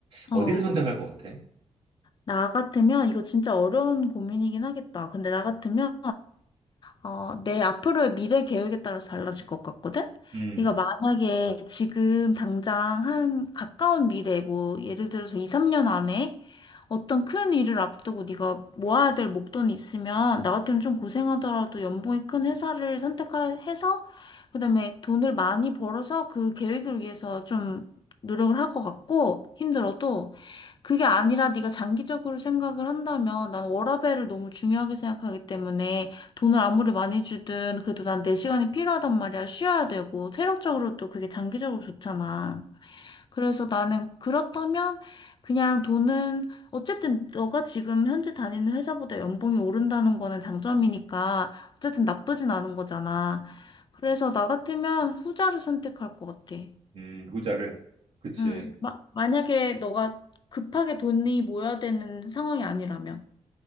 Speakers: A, on the right; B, on the left.
A: 어디를
B: 어.
A: 선택할 것 같아?
B: 나 같으면, 이거 진짜 어려운 고민이긴 하겠다. 근데 나 같으면, 어, 내 앞으로의 미래 계획에 따라서 달라질 것 같거든?
A: 음.
B: 네가 만약에 지금 당장 한 가까운 미래, 뭐 예를 들어서 2, 3년 안에 어떤 큰 일을 앞두고 네가 모아야 될 목돈이 있으면 나 같으면 좀 고생하더라도 연봉이 큰 회사를 선택해서 그다음에 돈을 많이 벌어서 그 계획을 위해서 좀 노력을 할 것 같고 힘들어도 그게 아니라 네가 장기적으로 생각을 한다면 난 워라밸을 너무 중요하게 생각하기 때문에 돈을 아무리 많이 주든 그래도 난 내 시간이 필요하단 말이야. 쉬어야 되고 체력적으로도 그게 장기적으로 좋잖아. 그래서 나는 그렇다면 그냥 돈은 어쨌든 너가 지금 현재 다니는 회사보다 연봉이 오른다는 거는 장점이니까 어쨌든 나쁘진 않은 거잖아. 그래서 나 같으면 후자를 선택할 것 같아.
A: 음, 후자를. 그치.
B: 응, 마, 만약에 너가 급하게 돈이 모여야 되는 상황이 아니라면.